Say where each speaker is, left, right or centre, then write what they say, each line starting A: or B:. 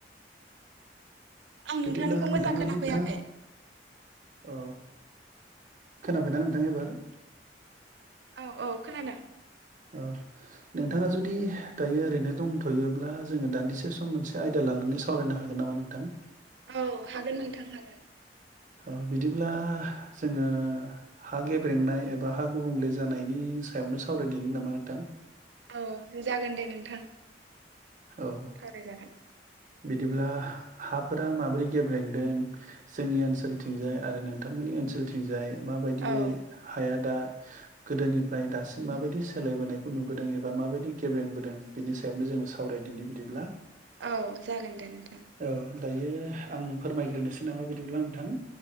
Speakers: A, on the right (about 80°); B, on the right (about 45°).
A: आं नोंथांनिखौ
B: बिदिब्ला
A: मोजां
B: नोंथाङा
A: खोनाफैयाखै
B: दि नोंथाङा ज अ खोनाबायना नोंथां एबार
A: औ औ खोनादों
B: ओ नोंथाङा जुदि दायो ओरैनो दंथ'योब्ला जोङो दान्दिसे सम मोनसे आयदा लानानै साव सावरायनो हागोन नामा नोंथां
A: औ हागोन नोंथां हागोन
B: अ बिदिब्ला जोङो हा गेब्रेंनाय एबा हा गुबुंले जानायनि सायावनो सावरायदिनि नामा नोंथां
A: औ जागोन दे नोंथां
B: औ
A: सावरायजागोन
B: बिदिब्ला हाफोरा माबोरै गेब्रेंदों जोंनि ओनसोलथिंजाय आरो नोंथांमोननि ओनसोलथिंजाय माबायदियै
A: औ
B: हाया दा गोदोनिफ्राय दासिम माबायदि सोलायबोनायखौ नुबोदों एबा माबायदि गेब्रेंबोदों बिनि सायावनो जोङो सावरायदिनि बिदिब्ला
A: औ जागोन दे नोंथां
B: औ दायो आं फोरमायग्रोनोसै नामा बिदिब्ला नोंथां